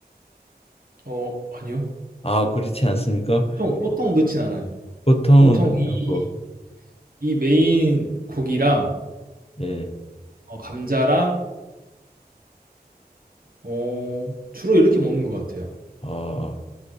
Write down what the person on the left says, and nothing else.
아, 그렇지 않습니까?
보통은
넣지
않고.
예.
아,